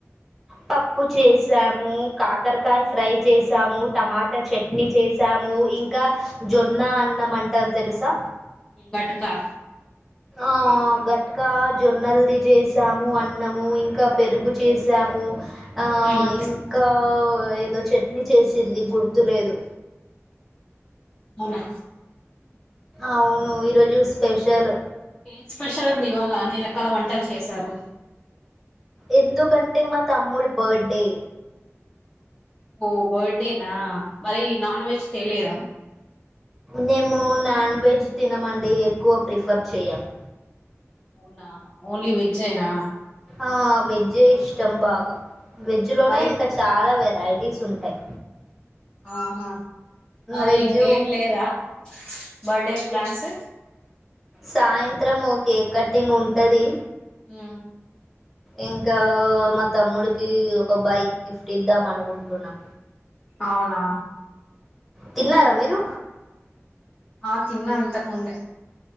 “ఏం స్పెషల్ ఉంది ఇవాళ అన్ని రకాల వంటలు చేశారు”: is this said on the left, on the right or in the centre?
Left